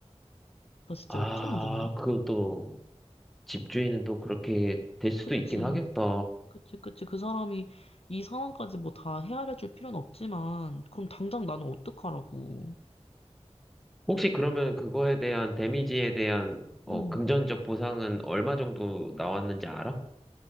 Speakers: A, on the left (about 60°); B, in the centre.
A: 나 진짜
B: 아,
A: 어쩌면 좋니?
B: 그것도 집주인은 또 그렇게 될 수도
A: 그치.
B: 있긴 하겠다.
A: 그치, 그치. 그 사람이 이 상황까지 뭐 다 헤아려 줄 필요는 없지만, 그럼 당장 나는 어떡하라고.
B: 혹시 그러면 그거에 대한 데미지에 대한 어,
A: 음,
B: 금전적 보상은 얼마 정도 나왔는지 알아?